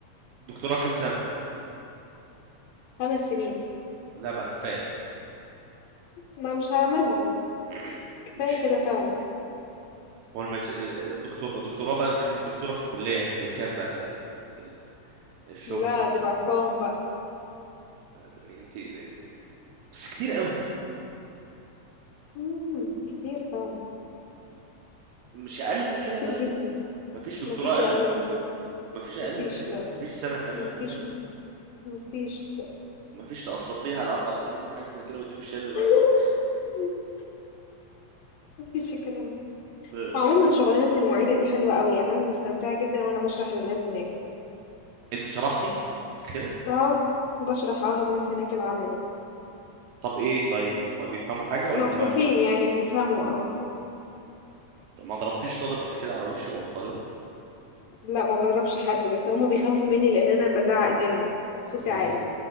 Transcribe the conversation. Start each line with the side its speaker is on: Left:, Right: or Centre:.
Right: دكتوراه كام سنه
Left: خمس سنين
Right: لا بقى كفايه
Left: ما مش هعملها لا
Right: <coughs> <clears throat>
Left: كفاية
Right: مش
Left: كده
Right: كده
Left: فعلا
Right: هو المج... دكتور الدكتوراه بقى بتخليك دكتوره في الكليه هتبقى بكام بقى س- ال- ال- الشغل
Left: لا دي بأرقام بقى
Right: يعني انت يعني بس كتير قوي
Left: مم. كتير فعلا
Right: مش اقل من كده
Left: كتير
Right: طيب
Left: جدا
Right: مفيش دكتوراه
Left: مفيش
Right: اقل
Left: أقل
Right: من كده
Left: من كده
Right: مفيش اقل
Left: مفيش
Right: من كده
Left: لا
Right: مفيش سنه كمان
Left: مفيش
Right: مثلا
Left: مفيش لا
Right: مفيش تقسطيها على اربع سنين وحاجه زي كده ويديكوا الشهاده
Left: <laughs>
Right: دلوقتي
Left: مفيش الكلام ده
Right: لا.
Left: عموما شغلانة المعيدة دي حلوة قوي يعني أنا مستمتعة جدا وأنا بشرح للناس هناك
Right: انت شرحتي قلت كده
Left: اه بشرح اه للناس هناك العملي
Right: طب ايه طيب هما بيفهموا حاجه ولا
Left: مبسوطين
Right: هما اغبياء
Left: يعني بيفهموا اه
Right: طب ما ضربتيش طالب قبل كده على وشه او طالبه
Left: لا ما بضربش حد بس هما بيخافوا مني لأن أنا بزعق جامد صوتي
Right: بتهزر
Left: عالي